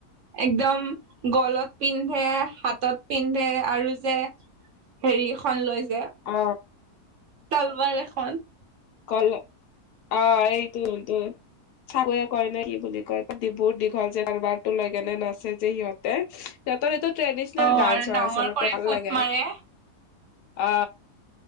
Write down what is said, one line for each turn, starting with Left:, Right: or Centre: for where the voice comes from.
Right: একদম গলত পিন্ধে হাতত পিন্ধে আৰু যে হেৰিখন লৈছে।
Left: অ।
Right: তালবাৰ এখন।
Left: কল অ এইটো টো। চাকুৱে কয় নে কি বুলি কয় বহুত দীঘল যে টালবাৰতো লৈ কেনে নাছে যে সিহঁতে সিহঁতৰ সেইটোত। ট্ৰেডিচনেল
Right: অ
Left: ডান্স
Right: আৰু
Left: হয়
Right: ডাঙৰ
Left: আচলতে
Right: কৰি
Left: ভাল
Right: ফুট
Left: লাগে।
Right: মাৰে
Left: অ